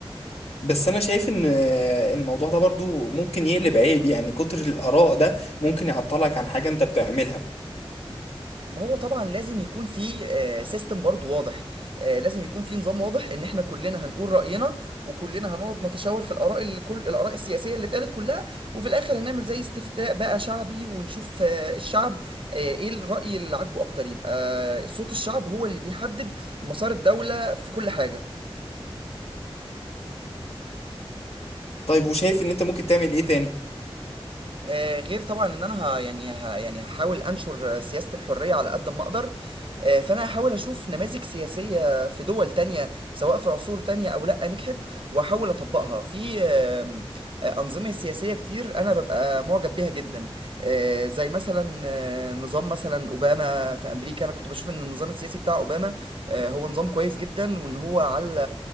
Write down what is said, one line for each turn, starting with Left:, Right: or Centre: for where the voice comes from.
Left: بس انا شايف ان آه، الموضوع ده برضو ممكن يقلب عيب يعني كتر الاراء ده ممكن يعطلك عن حاجه انت بتعملها
Right: ما هو طبعا لازم يكون في سيستم برضو واضح آه، لازم يكون في نظام واضح ان احنا كلنا هنقول رأينا وكلنا هنقعد نتشاور في الاراء اللي كل الاراء السياسية اللي اتقالت كلها وفي الاخر هنعمل زي استفتاء بقى شعبي ونشوف آه، الشعب آه، ايه الرأي اللي عاجبه اكتر يبقى صوت الشعب هو اللي بيحدد مسار الدولة في كل حاجة
Left: طيب وشايف ان انت ممكن تعمل ايه تاني
Right: آه، غير طبعا ان انا ه يعني ه يعني هحاول انشر سياسة الحرية على قد ما اقدر آه، فانا هحاول اشوف نماذج سياسية في دول تانية سواء في عصور تانية او لا نجحت واحاول اطبقها في آم، آه، انظمة سياسية كتير انا ببقى معجب بيها جدا آه، زي مثلا آه، نظام مثلا اوباما في امريكا انا كنت بشوف ان النظام السياسي بتاع اوباما آه، هو نظام كويس جدا وان هو على